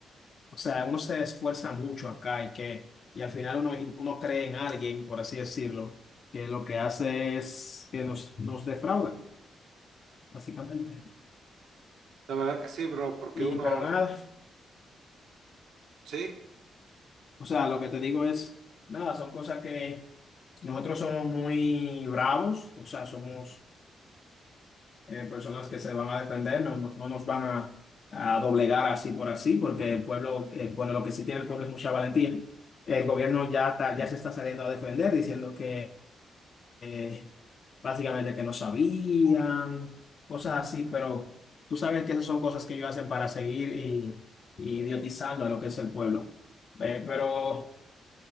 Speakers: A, on the left (about 35°); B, on the right (about 75°).
A: o sea, uno se esfuerza mucho acá y que, y al final uno, uno cree en alguien, por así decirlo, que lo que hace es que nos, nos defrauda, básicamente.
B: La verdad que sí, bro, porque
A: Y,
B: uno,
A: pero nada,
B: sí,
A: o sea, lo que te digo es, nada, son cosas que nosotros somos muy bravos, o sea, somos eh, personas que se van a defender, no, no- no nos van a, a doblegar así por así, porque el pueblo, eh, bueno, lo que sí tiene el pueblo es mucha valentía. El gobierno ya, está- ya se está saliendo a defender, diciendo que eh, básicamente que no sabían, cosas así, pero tú sabes que esas son cosas que ellos hacen para seguir y, y idiotizando a lo que es el pueblo. Eh, pero...